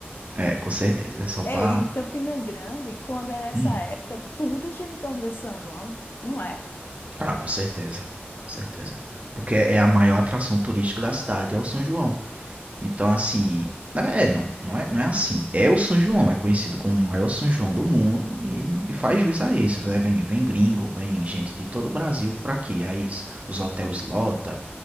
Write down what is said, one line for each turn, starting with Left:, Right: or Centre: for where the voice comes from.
Right: É, com certeza. É só pra.
Left: É, e Campina Grande, quando é nessa
Right: Hum.
Left: época, tudo gira em torno desse São João, não é?
Right: Ah, com certeza. Com certeza. Porque é a maior atração turística da cidade, é o São João. Então, assim. na ver- É, não, não é, não é assim. É o São João, é conhecido como o maior São João do mundo e, e faz jus a isso, né? Vem, vem gringo, vem gente de todo o Brasil pra aqui. Aí s- os hotéis lota,